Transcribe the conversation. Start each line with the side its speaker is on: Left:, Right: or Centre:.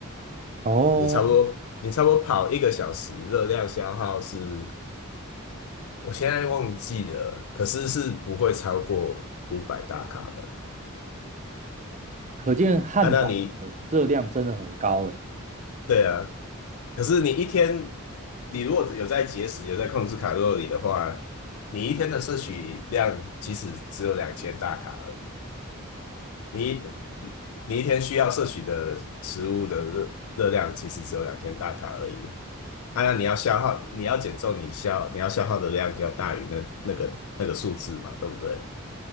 Right: 哦，
Left: 你差不多你差不多跑一个小时，热量消耗是我现在忘记了，可是是不会超过五百大卡的。
Right: 可见汉堡的热量真的很高哎，
Left: 啊，那你对啊，可是你一天，你如果有在节食，有在控制卡路里的话，你一天的摄取量其实只有两千大卡而已，你你一天需要摄取的食物的热热量其实只有两千大卡而已。当然，你要消耗，你要减重，你消你要消耗的量就要大于那那个那个数字嘛，对不对？